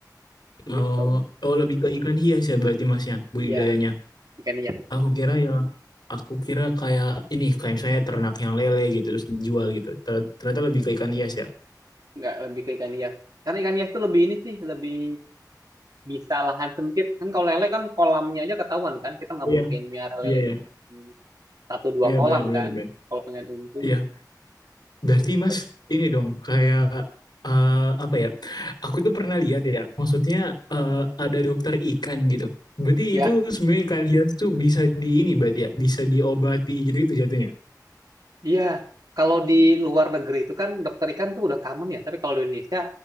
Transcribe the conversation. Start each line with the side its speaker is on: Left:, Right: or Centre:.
Left: Oh,
Right: gitu
Left: oh lebih ke ikan hias ya berarti masnya budidayanya.
Right: ya ikan hias
Left: Aku kira ya aku kira kayak ini kayak misalnya ternak yang lele gitu terus dijual gitu. Ter- Ternyata lebih ke ikan hias ya.
Right: nggak lebih ke ikan hias karena ikan hias itu lebih ini sih lebih bisa lahan sempit kan kalau lele kan kolamnya aja ketahuan kan kita nggak
Left: Iya,
Right: mungkin miara lele
Left: iya ya.
Right: cuma satu dua
Left: Iya
Right: kolam
Left: benar benar
Right: kan
Left: benar.
Right: kalau pengen untung
Left: Iya. Berarti
Right: gitu.
Left: Mas ini dong kayak eh, apa ya? Aku tuh pernah lihat ya, maksudnya eh, ada dokter ikan gitu. Berarti
Right: ya
Left: itu sebenarnya ikan hias tuh bisa di ini berarti ya, bisa diobati gitu itu jatuhnya.
Right: iya kalau di luar negeri itu kan dokter ikan tuh udah common ya tapi kalau di Indonesia